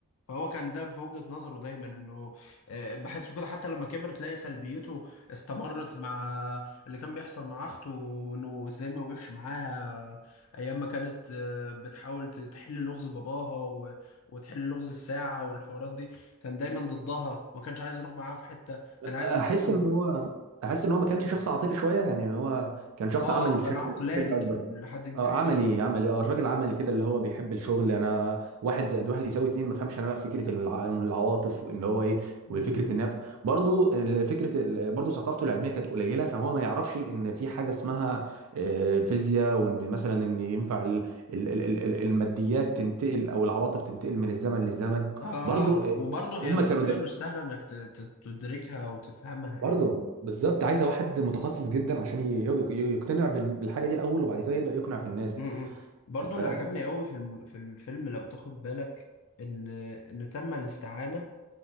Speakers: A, on the left; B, on the right.
A: فهو كان ده في وجهة نظره دايما انه آه، بحسه كده حتى لما كبر تلاقي سلبيته استمرت مع اللي كان بيحصل مع اخته وانه ازاي ما وقفش معاها ايام ما كانت آه، بتحاول ت- تحل لغز باباها و- وتحل لغز الساعة والحوارات دي كان دايما ضدها ما كانش عايز يروح معاها في حتة كان
B: احس
A: عايز يستسلم
B: ان هو احس ان هو ما كانش شخص عاطفي شويه يعني هو كان شخص
A: اه
B: عملي بشكل
A: كان عقلاني
B: بشكل اكبر
A: كب- لحد كبير
B: اه عملي عملي اه راجل عملي كده اللي هو بيحب الشغل انا واحد زائد واحد يساوي اتنين ما فهمش انا بقى فكره الع- العواطف ان هو ايه
A: م-
B: وفكره
A: م.
B: النبت برضو ال- فكره ال- برضو ثقافته العلميه كانت قليله فهو ما يعرفش ان في حاجه اسمها آه، فيزياء وان مثلا ان ينفع ال- ال- ال- ال- ال- الماديات تنتقل او العواطف تنتقل من الزمن للزمن
A: اه
B: برضو آه،
A: وبرضه هي
B: هم
A: نظرية
B: كانوا
A: مش سهلة انك ت- ت- تدركها وتفهمها
B: برضه
A: يعني
B: بالظبط عايزه واحد متخصص جدا عشان ي- ي- يقتنع بال- بالحاجه دي الاول وبعد كده يبدا يقنع في الناس
A: امم برضه
B: اه
A: اللي عجبني قوي في الم... في الفيلم لو تاخد بالك ان ان تم الاستعانة